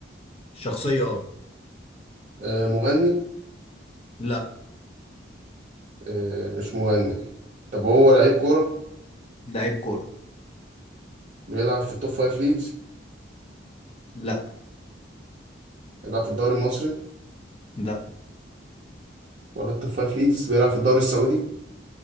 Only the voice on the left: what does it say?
شخصيه اه
لا
لعيب كوره
لا
لا